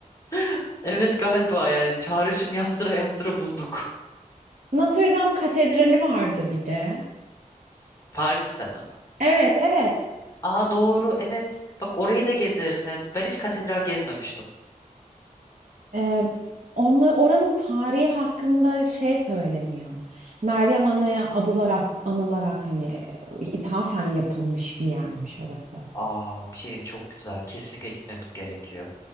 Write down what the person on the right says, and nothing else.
Notre Dame Katedrali vardı bir de.
Evet evet.
Ee, onla- oranın tarihi hakkında şey söyleniyor. Meryem Ana'ya adılarak, anılarak hani ithafen yapılmış bir yermiş orası.